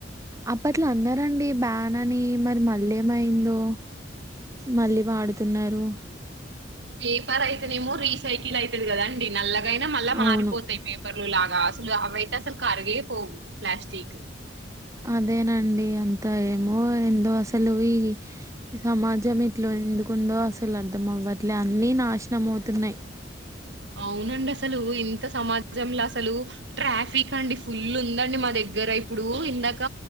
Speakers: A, on the right (about 15°); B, on the right (about 65°).
A: అప్పట్లో అన్నారండి బ్యాన్ అని మరి మళ్ళీ ఏమైందో, మళ్ళీ వాడుతున్నారు.
B: పేపర్ అయితే నేమో రీసైకిల్ అయితది కదా అండి నల్ల గైనా మళ్ళా
A: అవును
B: మారిపోతాయి పే కవర్లు లాగా అసలు అవైతే అసలు కరిగే పోవు ప్లాస్టిక్.
A: అదేనండి అంతా ఏమో ఎందో అసలు ఈ సమాజం ఇట్ల ఎందుకుందో అసలు అర్ధం అవ్వట్లే అన్నీ నాశనం అవుతున్నాయి.
B: అవునండి అసలు ఇంత సమాజంల అసలు ట్రాఫిక్ అండి ఫుల్ ఉందండి మా దగ్గర, ఇప్పుడు ఇందాక